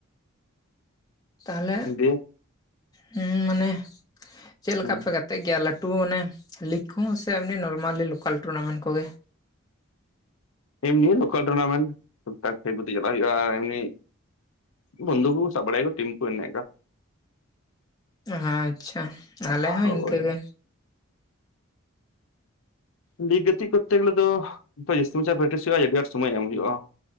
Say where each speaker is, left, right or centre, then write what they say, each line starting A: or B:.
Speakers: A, on the left; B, on the left.
A: ᱛᱟᱦᱚᱞᱮ
B: ᱫᱤᱭᱮ
A: ᱦᱩᱸ ᱢᱟᱱᱮ ᱪᱮᱜ ᱞᱮᱠᱟ
B: ᱦᱩᱸ
A: ᱯᱮ ᱜᱟᱼᱼ ᱛᱮᱜ ᱜᱮᱭᱟ ᱞᱟᱹᱴᱩ ᱢᱟᱱᱮ ᱞᱤᱜᱽ ᱠᱚᱦᱚᱸ ᱥᱮ ᱮᱢᱱᱤ ᱱᱚᱨᱢᱟᱞᱤ ᱞᱳᱠᱟᱞ ᱴᱩᱨᱱᱟᱢᱮᱱᱴ ᱠᱚᱜᱮ᱾
B: ᱮᱢᱱᱤ ᱞᱳᱠᱟᱞ ᱴᱩᱨᱱᱟᱢᱮᱱᱴ ᱴᱷᱩᱠ ᱴᱷᱟᱠ ᱮ ᱜᱩᱛᱤ ᱪᱟᱞᱟᱜ ᱦᱩᱭᱩᱜ-ᱟ᱾ ᱮᱢᱱᱤᱼᱼ ᱵᱚᱱᱫᱷᱩ ᱠᱩ ᱠᱩ ᱥᱟᱵ ᱵᱟᱲᱟᱭ ᱟᱠᱚ ᱴᱤᱢ ᱠᱩ ᱮᱱᱮ ᱮᱸᱠᱟ ᱾
A: ᱦᱟᱸᱪᱪᱷᱟ ᱟᱞᱮ ᱦᱚᱸ
B: ᱦᱳᱭ
A: ᱤᱱᱠᱟᱹ ᱜᱮ᱾
B: ᱞᱤᱜ ᱜᱟᱹᱛᱤᱜ ᱠᱳᱛᱛᱮ ᱜᱮᱞᱮ ᱫᱚ ᱛᱚ ᱡᱟᱹᱥᱛᱤ ᱢᱟᱪᱷᱟ ᱯᱨᱮᱠᱴᱤᱥ ᱦᱩᱭᱩᱜ-ᱟ᱾ ᱟᱹᱰᱤ ᱟᱸᱴ ᱥᱳᱢᱳᱭ ᱮᱢ ᱦᱩᱭᱩᱜ-ᱟ᱾